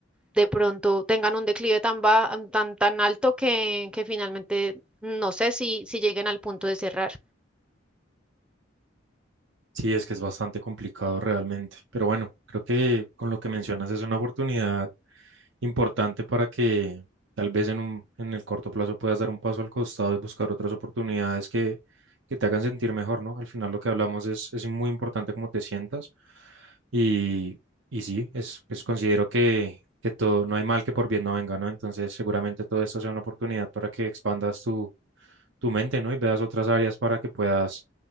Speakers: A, in the centre; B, on the right (about 75°).
A: de pronto tengan un declive tan, ba- mm, tan, tan alto que, que finalmente no sé si, si lleguen al punto de cerrar.
B: Sí, es que es bastante complicado realmente, pero bueno, creo que con lo que mencionas es una oportunidad importante para que tal vez en un, en el corto plazo puedas dar un paso al costado y buscar otras oportunidades que, que te hagan sentir mejor, ¿no? Al final lo que hablamos es, es muy importante cómo te sientas y, y sí, es, es considero que, que todo, no hay mal que por bien no venga, ¿no? Entonces seguramente todo esto sea una oportunidad para que expandas tu, tu mente, ¿no? Y veas otras áreas para que puedas